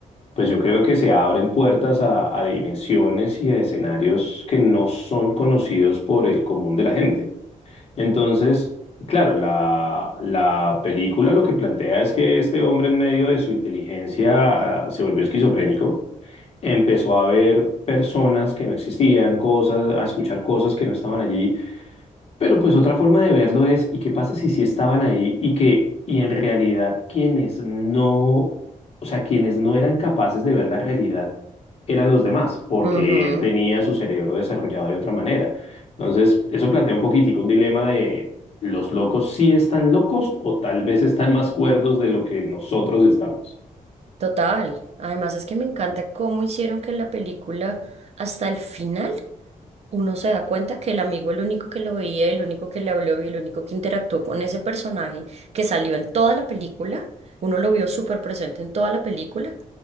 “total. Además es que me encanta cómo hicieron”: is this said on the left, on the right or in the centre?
Right